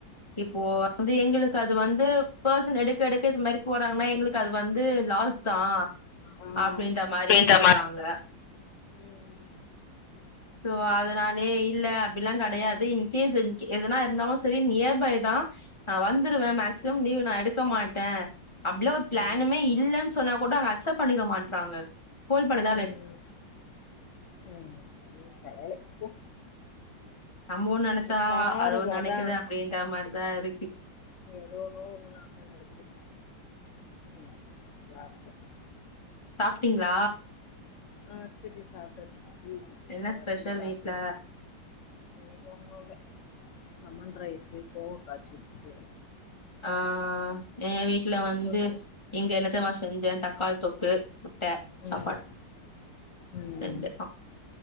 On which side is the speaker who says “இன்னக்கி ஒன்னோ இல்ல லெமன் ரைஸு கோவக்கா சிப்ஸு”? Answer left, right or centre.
Left